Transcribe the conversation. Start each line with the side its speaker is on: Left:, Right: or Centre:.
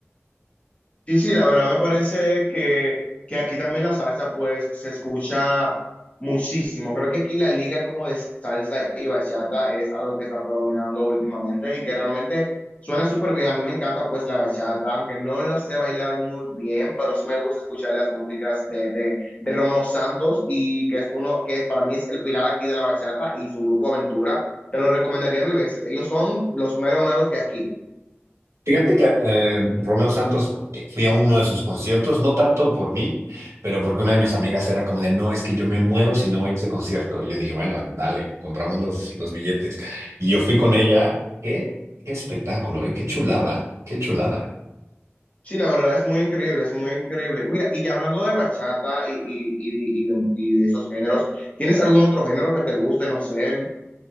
Left: Sí, sí, la verdad me parece que, que aquí también la salsa pues se escucha muchísimo. Creo que aquí la liga como de salsa y bachata es algo que está predominando últimamente y que realmente suena súper bien. A mí me encanta pues la bachata, aunque no la sé bailar muy bien, pero sí me gusta escuchar las músicas de, de, de Romeo Santos y que es uno que para mí es el pilar aquí de la bachata y su grupo Aventura. Te lo recomendaría mil veces. Ellos son los meros meros de aquí.
Right: Fíjate que eh, Romeo Santos, eh, fui a uno de sus conciertos, no tanto por mí, pero porque una de mis amigas era como de, no, es que yo me muero si no voy a ese concierto. Y yo dije, bueno, dale, compramos los, los billetes. Y yo fui con ella. Qué, qué espectáculo, eh, qué chulada, qué chulada.
Left: Sí, la verdad es muy increíble, es muy increíble. Mira, y ya hablando de bachata y, y, y- y de, y de esos géneros, ¿tienes algún otro género que te guste? No sé.